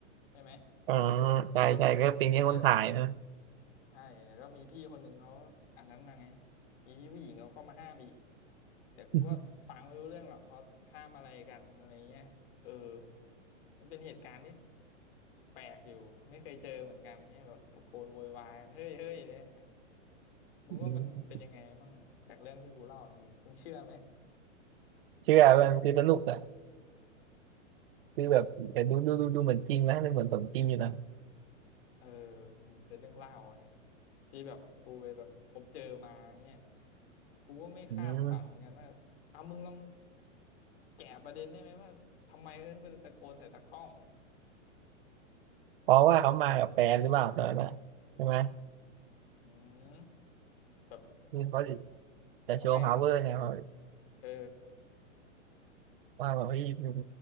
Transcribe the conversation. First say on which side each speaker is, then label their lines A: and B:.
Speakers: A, on the left; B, on the right.
A: ใช่ไหม
B: อ๋อใช่ใช่ก็เป็นแค่คนถ่ายนะ
A: เออใช่แล้วก็มีพี่คนหนึ่งเขาอันนั้นมาไงมีพี่ผู้หญิงเขาเข้ามาห้ามอีกแต่กูก็ฟังไม่รู้เรื่องหรอกเขาห้ามอะไรกันอะไรเงี้ยเออ
B: <laughs>
A: มันเป็นเหตุการณ์ที่ แปลกอยู่ไม่เคยเจอเหมือนกันเนี่ยแบบตะโกนโวยวายกันเฮ้ยเฮ้ยเนี่ยมึงว่ามันเป็นยังไงมั่งจากเรื่องที่กูเล่าเนี่ยมึงมึงเชื่อไหม
B: อืมเชื่อเพื่อนคือสนุกอะคือแบบแต่ดูดูดูดูเหมือนจริงนะดูเหมือนสมจริงอยู่นะ
A: เออมันเป็นเรื่องเล่าไงที่แบบกูไปแบบพบเจอมาเนี่ยกูก็ไม่คาดฝันเหมือนกันว่าเอามึงลอง
B: อืม
A: แกะประเด็นได้ไหมว่าทำไมเขาถึงไปตะโกนใส่ตากล้อง
B: เพราะว่าเขามากับแฟนหรือเปล่าตอนนั้นอะใช่ไหม
A: อืมแบบ
B: คือเขาจะจะโชว์
A: ทำไมมึง
B: power ไงว่า
A: เออ
B: ว่าแบบเฮ้ยมึง